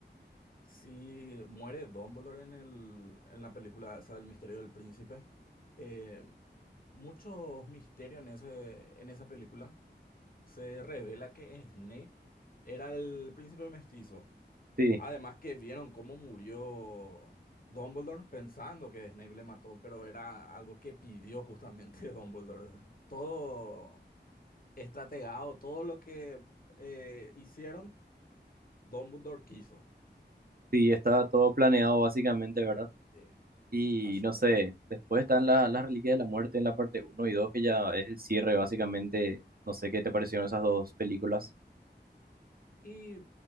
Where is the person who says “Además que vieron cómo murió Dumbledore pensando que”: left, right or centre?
Left